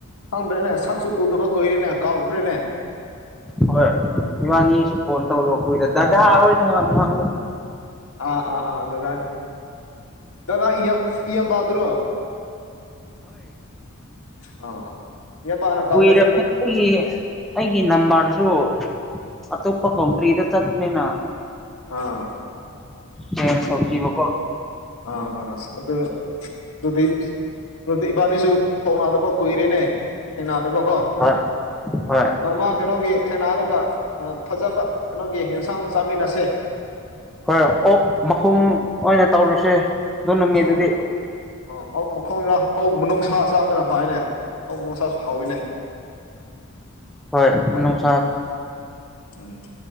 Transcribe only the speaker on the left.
ꯈꯪꯗ꯭ꯔꯦꯅꯦ ꯁꯛꯁꯨ ꯎꯗꯕ ꯀꯨꯏꯔꯦꯅꯦ ꯀꯥꯎꯈ꯭ꯔꯦꯅꯦ
ꯑꯥ ꯑꯥ ꯑꯥ ꯗꯗꯥꯅꯤ ꯗꯗꯥ ꯏꯌꯥꯝ ꯏꯌꯥꯝ ꯑꯗꯨꯔꯣ ꯑꯥ ꯏꯌꯥꯝꯕꯅ ꯀꯧꯋꯦ
ꯑꯥ
ꯑꯥ ꯑꯥ ꯑꯗꯨ ꯑꯗꯨꯗꯤ ꯑꯗꯨꯗꯤ ꯏꯕꯥꯅꯤ ꯇꯨ ꯐꯥꯎꯅꯥꯗꯕ ꯀꯨꯏꯔꯦꯅꯦ ꯊꯦꯡꯅꯗꯕꯀꯣ
ꯅꯣꯡꯃ ꯀꯩꯅꯣꯒꯤ ꯊꯦꯡꯅꯔꯒ ꯑ ꯐꯖꯕ ꯀꯩꯅꯣꯒꯤ ꯌꯦꯟꯁꯥꯡ ꯆꯥꯃꯤꯟꯅꯁꯦ
ꯑꯥ ꯑꯥ ꯑꯣꯛ ꯃꯈꯣꯡꯔ ꯑꯣꯛ ꯃꯅꯨꯡꯁꯥ ꯆꯥꯕꯅ ꯐꯥꯏꯅꯦ ꯑꯣꯛ ꯃꯅꯨꯡꯁꯥꯁꯨ ꯍꯥꯎꯋꯦꯅꯦ
ꯎꯝ